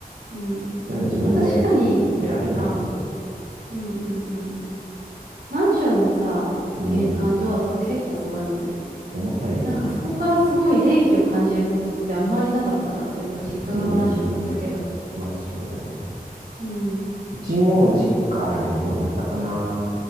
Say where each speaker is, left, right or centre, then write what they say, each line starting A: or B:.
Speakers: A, on the right; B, on the right.
A: うん。
B: そういうの自分で
A: まあ確かに、
B: 選べないし。
A: あ、うんうんうん。マンションのさ、
B: うん。
A: 玄関ドアとか結構すごいもんね。
B: 重たいよね、
A: なんかそこからすごい冷気を感じることってあんまりなかったな。
B: なんかね。
A: そういえば実家がマンションだったけど。
B: うん、うん、うん。まあ、そうだよね。
A: うん。
B: うちも実家、あ、でもどうだったかな。